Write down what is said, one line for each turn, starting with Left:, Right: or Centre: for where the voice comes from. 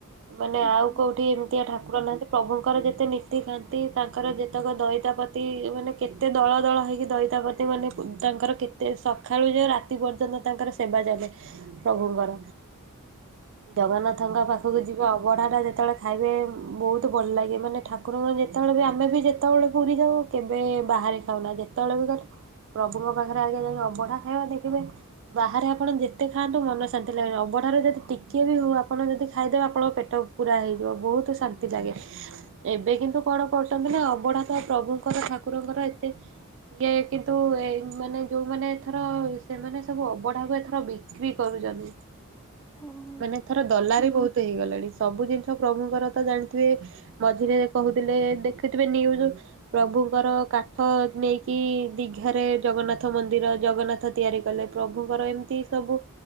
Right: ମାନେ,
Centre: ହୁଁ
Right: ଆଉ
Centre: ହୁଁ
Right: କୋଉଠି ଏମିତିଆ ଠାକୁର ନାହାନ୍ତି। ପ୍ରଭୁଙ୍କର ଯେତେ ନୀତିକାନ୍ତି, ତାଙ୍କର ଯେତେକ ଦଇତାପତି, ମାନେ କେତେ ଦଳ ଦଳ ହେଇକି ଦଇତାପତି ମାନେ, ତାଙ୍କର କେତେ, ସକାଳୁ ଯେ ରାତି ପର୍ଯ୍ୟନ୍ତ ତାଙ୍କର ସେବା ଚାଲେ। ପ୍ରଭୁଙ୍କର, ଜଗନ୍ନାଥଙ୍କ ପାଖକୁ ଯି ଅବଢା ଟା ଯେତେବେଳେ ଖାଇବେ, ବହୁତ ଭଲ ଲାଗେ, ମାନେ ଠାକୁରଙ୍କ ଯେତେବେଳେ ବି ଆମେ ବି ଯେତେବେଳେ ପୁରୀ ଯାଉ କେବେ ବାହାରେ ଖାଉନା, ଯେତେବେଳେ ବି ଗଲେ, ପ୍ରଭୁଙ୍କ ପାଖରେ ଆଗେ ଜଣେ ଅବଢା ଖାଇବ, ଦେଖିବେ ବାହାରେ ଆପଣ ଯେତେ ଖାଆନ୍ତୁ, ମନ ଶାନ୍ତି ଲାଗେନି, ଅବଢାରୁରେ ଯଦି ଟିକିଏ ବି ହଉ, ଆପଣ ଯଦି ଖାଇଦେବେ, ଆପଣ ପେଟ ପୁର ହେଇଯିବ, ବହୁତ ଶାନ୍ତି ଲାଗେ। ଏବେ କିନ୍ତୁ କଣ କରୁଛନ୍ତି ନା, ଅବଢା ତ ପ୍ରଭୁଙ୍କର, ଠାକୁରଙ୍କର ଏତେ ଇଏ କିନ୍ତୁ, ଏ ମାନେ, ଯୋଉମାନେ ଏଥର, ସେମାନେ ସବୁ ଅବଢା କୁ ଏଥର ବି ବିକ୍ରି କରୁଚନ୍ତି।
Centre: ହଁ ହଁ
Right: ମାନେ ଏଥର ଦଲାର ବହୁତ ହେଇଗଲାଣି ସବୁ ଜିନିଷ ପ୍ରଭୁଙ୍କର ତ ଜାଣିଥିବେ ମଝିରେ କହୁଥିଲେ ଦେଖୁଥିବେ ନିୟୁଜ୍ ପ୍ରଭୁଙ୍କର କାଠ ନେଇକି ଦିଘାରେ ଜଗନ୍ନାଥ ମନ୍ଦିର ଜଗନ୍ନା ଥ ତିଆରି କଲେ ପ୍ରଭୁଙ୍କର ଏମିତି ସବୁ